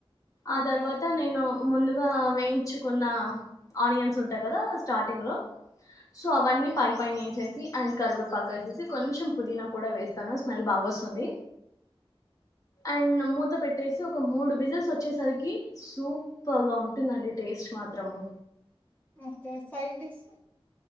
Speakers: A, on the left; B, on the left.
A: ఆ
B: ఓకే
A: తర్వాత నేను ముందుగా వేయించుకున్న ఆనియన్స్ ఉంటాయి కదా స్టార్టింగ్ లో సో అవన్నీ పై పైన వేసేసి అండ్ కరివేపాక వేసేసి కొంచెం పుదీనా కూడా వేస్తాను స్మెల్ బాగొస్తుంది అండ్ ముత్ మూత పెట్టేసి ఒక మూడు విజిల్స్ వచ్చేసరికి సుప్పర్గ ఉంటుందండి టేస్ట్ మాత్రము
B: ఓకే సైడ్ డిస్